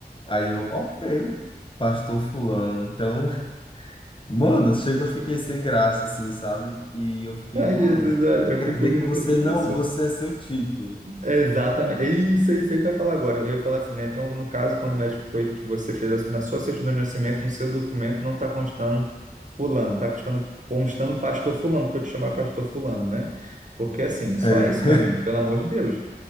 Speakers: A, on the left; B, on the right.
A: Aí eu, ok, Pastor Fulano. Então, <laughs> mano, chega, eu fiquei sem graça, assim, sabe? E eu fiquei,
B: Ai,
A: mano,
B: Jesus, olha, eu
A: quer
B: fico
A: dizer
B: rindo
A: que você
B: dessas
A: não,
B: pessoas.
A: você é seu título.
B: É Exatamente. É Isso, é isso aí que eu ia falar agora. Eu ia falar assim, né? Então, no caso, quando o médico foi, você fez a- na sua certidão de nascimento, no seu documento, não está constando fulano, está constando, constando pastor fulano, para eu te chamar pastor fulano, né? Porque assim, só
A: É,
B: isso, meu amigo, pelo amor de Deus.